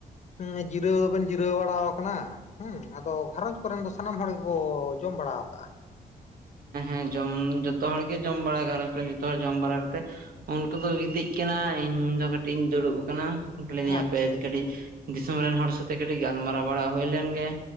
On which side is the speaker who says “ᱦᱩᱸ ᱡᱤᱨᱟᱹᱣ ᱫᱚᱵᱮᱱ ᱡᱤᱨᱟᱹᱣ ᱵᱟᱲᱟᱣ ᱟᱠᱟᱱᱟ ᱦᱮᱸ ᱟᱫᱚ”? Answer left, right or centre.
Left